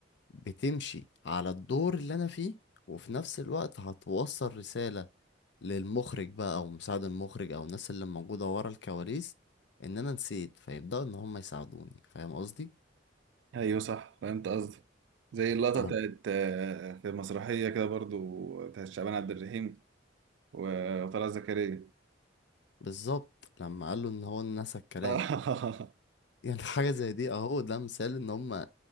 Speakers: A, on the left; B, on the right.
A: بتمشي على الدور اللي أنا فيه وفي نفس الوقت هتوصل رسالة للمخرج بقى أو مساعد المخرج أو الناس اللي موجودة ورا الكواليس إن أنا نسيت فيبدأوا إن هم يساعدوني فاهم قصدي؟
B: أيوه صح فهمت قصدي زي اللقطة
A: يعني
B: بتاعت آه، في مسرحية كده برضو بتاعت شعبان عبد الرحيم و- وطلعت زكريا
A: بالظبط لما قال له إن هو نسى الكلام
B: <laughs>
A: يعني حاجة زي دي اهو ده مثال ان هم